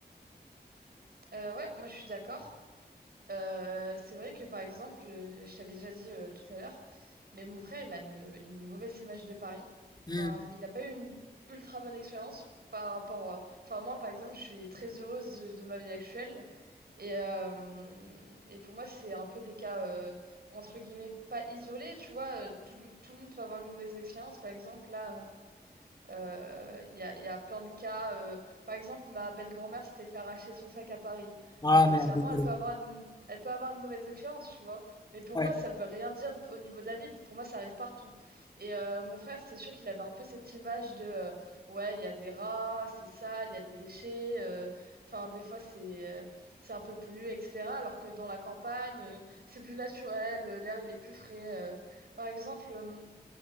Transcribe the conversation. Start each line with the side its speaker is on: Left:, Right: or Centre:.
Right: Euh, ouais, moi, je suis d'accord. Euh, c'est vrai que par exemple, euh, je t'avais déjà dit euh, tout à l'heure, mais mon frère, il a une, une mauvaise image de Paris.
Left: Hmm.
Right: Enfin, il n'a pas eu une ultra bonne expérience par rapport. euh, Enfin, moi, par exemple, je suis très heureuse de, de ma vie actuelle. Et, euh, et pour moi, c'est un peu des cas, euh, entre guillemets, pas isolés. Tu vois, euh, tout, tout le monde peut avoir une mauvaise expérience. Par exemple, là. Euh, Il y a, il y a plein de cas. euh, par exemple, ma belle-grand-mère s'était fait arracher son sac à Paris.
Left: Ah
Right: Donc foncièrement,
Left: merde, désolé.
Right: elle peut avoir une, elle peut avoir une mauvaise expérience, tu vois. Mais pour
Left: Ouais,
Right: moi, ça veut rien dire d- au niveau de la ville. Pour moi, ça arrive partout. Et euh, mon frère, c'est sûr qu'il avait un peu cette image de euh, ouais, il y a des rats, c'est sale, il y a des déchets. euh, Enfin, des fois, c'est euh, c'est un peu pollué, etc. Alors que dans la campagne, euh, c'est plus naturel, euh, l'air, il est plus frais. euh. Par exemple. euh,